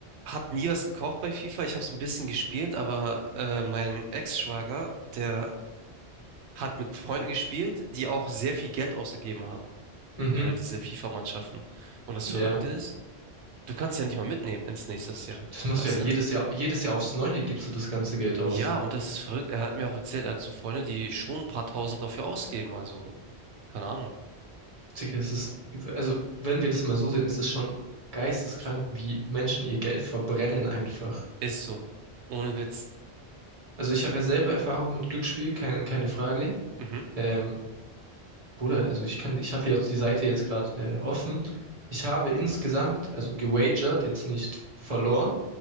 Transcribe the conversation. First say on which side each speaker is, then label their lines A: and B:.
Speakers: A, on the right (about 85°); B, on the right (about 35°).
A: habe nie was gekauft bei FIFA. Ich habe es ein bisschen gespielt, aber äh, mein Ex-Schwager, der hat mit Freunden gespielt, die auch sehr viel Geld ausgegeben haben
B: Mhm,
A: für diese FIFA-Mannschaften. Und das
B: ja.
A: Verrückte ist, du kannst ja nicht mal mitnehmen ins nächste Jahr,
B: Das machst
A: weißt
B: du ja jedes
A: du?
B: Jahr, jedes Jahr aufs Neue gibst du das ganze Geld aus.
A: Ja, und das ist verrückt. Er hat mir auch erzählt, er hat so Freunde, die schon ein paar Tausend dafür ausgeben. Also, keine Ahnung.
B: Sicher, es ist, also wenn wir das mal so sehen, es ist schon geisteskrank, wie Menschen ihr Geld verbrennen einfach.
A: Ist so. Ohne Witz.
B: Also ich habe ja selber Erfahrung mit Glücksspiel, keine, keine Frage.
A: Mhm.
B: Ähm, Bruder, also ich kann, ich habe hier jetzt die Seite jetzt gerade äh, offen. Ich habe insgesamt, also gewagert, jetzt nicht verloren,